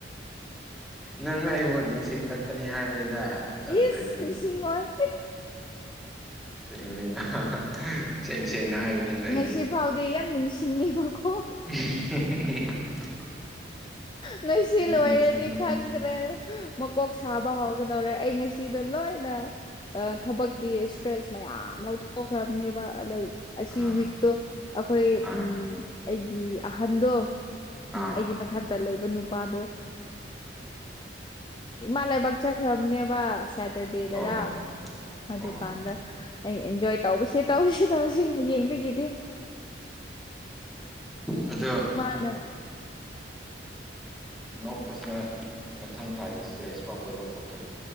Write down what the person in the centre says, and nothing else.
ꯅꯪ ꯑꯩꯕꯨ ꯅꯤꯡꯁꯤꯡꯂꯛꯀꯅꯤ ꯍꯥꯏꯕꯅꯤꯗ ꯇꯧꯗ꯭ꯔꯗꯤ
ꯁꯦꯡꯕꯅꯤꯗ ꯁꯦꯡ ꯁꯦꯡꯅ ꯍꯥꯏꯕꯅꯤꯅ ꯑꯩꯗꯤ
ꯎꯍꯦꯍꯦ
ꯅꯤꯡꯁꯤꯡꯂꯛꯀꯅꯤ
ꯑꯥ
ꯑꯥ
ꯑꯥ
ꯑꯣ
ꯑꯣ
ꯑꯗꯣ
ꯅꯣꯛꯄꯁꯤꯅ ꯃꯊꯪ ꯊꯥꯒꯤ ꯁꯇ꯭ꯔꯦꯁ ꯐꯥꯎꯕ ꯂꯧꯊꯣꯛꯄꯅꯤ